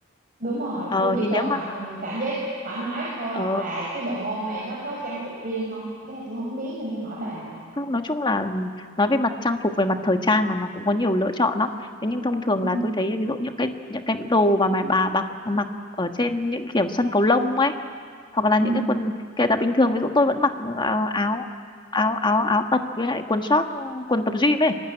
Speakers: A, on the right; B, on the left.
A: đúng rồi
B: Ờ
A: tôi chỉ
B: thì
A: cần
B: nếu mà
A: mặc ừ, cảm giác thoải mái thôi
B: ờ,
A: hoặc là cái bộ môn này nó có trang phục riêng không cái này tôi không biết nên tôi hỏi bà nè
B: không nói chung là nói về mặt trang phục về mặt thời trang mà nó cũng có nhiều lựa chọn lắm. Thế nhưng thông thường
A: ừ
B: là tôi thấy ví dụ những cái những cái đồ mà mà bà mặc mặc ở trên những kiểu sân cầu lông ấy hoặc là
A: ừ
B: những cái quần kể cả bình thường ví dụ tôi vẫn mặc ờ, áo áo áo áo tập với lại quần short quần tập gym ấy